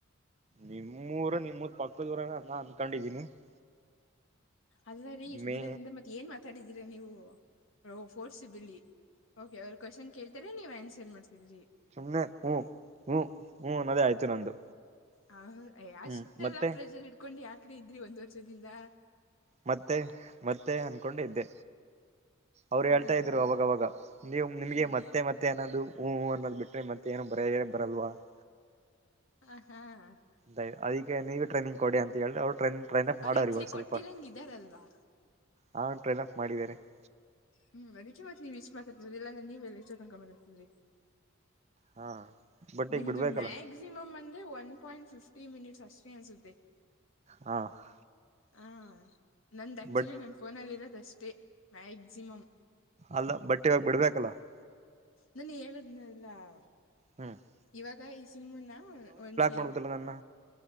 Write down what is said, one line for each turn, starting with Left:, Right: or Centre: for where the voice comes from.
Right: ನಿಮ್ಮೂರ ನಿಮ್ಮೂರ್ ಪಕ್ಕದೂರ ಅದಾಳ ಅಂತ ಅನ್ಕೊಂಡಿದ್ದೀನಿ. <unintelligible>
Left: ಅಲ್ಲಾ ರೀ ಇಷ್ಟ
Right: ಮೇ
Left: ದಿನದಿಂದ ಮತ್ತೆ ಏನ್ ಮಾತಾಡಿದೀರಾ ನೀವು ಓ ಫೋರ್ಸ ಬಿಲೀ. <unintelligible> ಓಕೆ ಅವರು ಕ್ವೆಶ್ಚನ್ ಕೇಳ್ತಾರೆ ನೀವ್ ಆನ್ಸರ್ ಮಾಡ್ತಿದ್ರಿ. <unintelligible>
Right: ಸುಮ್ಮನೆ ಹು ಹು ಹು ಅನ್ನೋದೇ ಆಯ್ತು ನಂದು.
Left: ಹಾ ಹ ಅಯ್ಯ ಅಷ್ಟೆಲ್ಲ
Right: ಹ್ಮ್ ಮತ್ತೆ
Left: ಪ್ರ <unintelligible> ಇಟ್ಟಕೊಂಡು ಯಾಕ್ರೆ ಇದ್ರಿ ಒಂದ್ ವರ್ಷ ದಿಂದ. <unintelligible>
Right: ಮತ್ತೆ. <unintelligible> ಮತ್ತೆ ಅನ್ಕೊಂಡ ಇದ್ದೆ ಅವ್ರು ಹೇಳ್ತಾ
Left: ಹೌದಾ
Right: ಇದ್ರು ಅವಾಗವಾಗ ನೀವು ನಿಮ್ಗೆ
Left: ಹ್ಮ್
Right: ಮತ್ತೆ ಮತ್ತೆ <unintelligible> ಮತ್ತೆ ಅನ್ನೋದು ಹೂ ಹೂ ಅನ್ನೋದು ಬಿಟ್ರೆ ಮತ್ತೆ ಏನೋ ಬೇರೆ ಬರಲ್ವ. <unintelligible>
Left: ಹಾ ಹ. <unintelligible>
Right: ಅಯ್ಯ ಅದಕ್ಕೆ ನೀವೇ ಟ್ರೈನಿಂಗ್ ಕೊಡಿ ಅಂತ ಹೇಳದ್ದೇ ಅವರ ಟ್ರೈನ್ ಟ್ರೈನ್ ಅಫ್
Left: ಅವ್ರ
Right: ಮಾಡೋವರೆ
Left: ಆಕ್ಚುಲಿ
Right: ಇವಾಗ ಸ್ವಲ್ಪ.
Left: ಕೊಟ್ಟಿರಂಗ
Right: <unintelligible>
Left: ಇದಾರಲ್ವಾ
Right: ಹಾ ಟ್ರೈನ್ ಅಪ್ ಮಾಡಿದಿದ್ದಾರೆ. <unintelligible>
Left: ಹೂ ಅದಕ್ಕೆ ಮತ್ತ ನೀವ ಇಷ್ಟ ಮಾತಾಡತ್ತಿರೋದು ಇಲ್ಲಾಂದ್ರೆ ನೀವೆಲ್ಲಿ ಎಷ್ಟೋ ತನಕ ಮಾಡತಿದರಿ. <unintelligible>
Right: ಹಾ. <unintelligible>
Left: ನಿಮ್ದು
Right: ಈಗ ಬಿಡ್ಬೇಕಲ್ಲ
Left: ಮ್ಯಾಕಸಿಮ್ ಅಂದ್ರೆ ಒನ್ ಪಾಯಿಂಟ್ ಫಿಫ್ಟಿ ಮಿನಿಟ್ಸ್ ಅಷ್ಟೇ ಅನ್ಸುತ್ತೆ. <unintelligible>
Right: ಹಾ. <unintelligible>
Left: ಹಾ ನಂದು ಆ್ಯಕ್ಚುಲಿ
Right: ಬಟ್
Left: ನನ್ನ ಫೋನಲ್ಲಿರೋದುಷ್ಟೇ ಮ್ಯಾಕ್ಸಿಮ್. <unintelligible>
Right: ಅಲ್ಲ ಬಟ್ಟ ಇವಗಾ ಬಿಡ್ಬೇಕಲ್ಲ. <unintelligible>
Left: ನಾನ ಹೇಳದ್ನಲ್ಲ. <unintelligible>
Right: ಹು. <unintelligible>
Left: ಇವಾಗ ಈ ಸಿಮನ್ನ ಒಂದು ಈ
Right: ಮಾಡ್ಬೋದಲ್ಲ ನನ್ನ